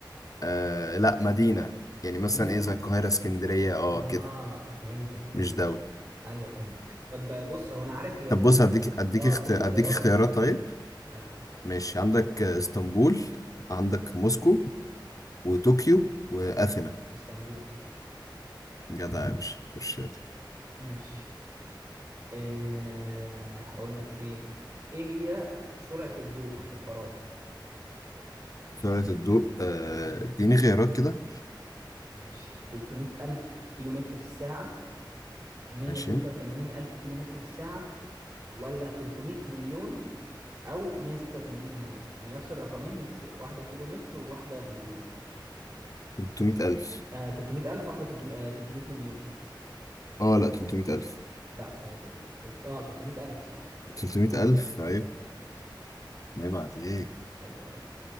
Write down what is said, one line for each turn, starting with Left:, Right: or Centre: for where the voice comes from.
Left: آه... لا مدينة يعني
Right: مدينة
Left: مثلا إيه زي القاهرة اسكندرية أه
Right: آه
Left: كده
Right: فهمتك فهمت
Left: مش دولة
Right: أيوه فهمتك طب آه، بص هو أنا عارف هي
Left: طب
Right: فين
Left: بص هديك هديك
Right: آه
Left: اخت...
Right: اديني
Left: هديك
Right: اختيارات
Left: اختيارات
Right: أنا هفتكرها
Left: طيب
Right: أيوه افتكرت
Left: ماشي عندك اسطنبول عندك موسكو وطوكيو وأثينا
Right: اسطنبول اسطنبول
Left: جدع يا باشا خش يلا
Right: ماشي آه هقول لك إيه إيه هي سرعة الضوء في الفراغ
Left: سرعة الضوء آه، اديني خيارات كده
Right: ماشي 300 ألف كيلو متر في الساعة 186
Left: عشان
Right: ألف كيلو متر في الساعة ولا 300 مليون أو 186 مليون يعني نفس الرقمين بس واحدة كيلو متر وواحدة مليون
Left: 300 ألف
Right: آه 300 ألف واحدة 300 آه 300 مليون
Left: اه لا 300 ألف
Right: لا هي تل... تل... اه 300 ألف صح أيوه
Left: 300
Right: صح
Left: ألف عيب
Right: أيوه صح
Left: عيب عليك
Right: حلو أوي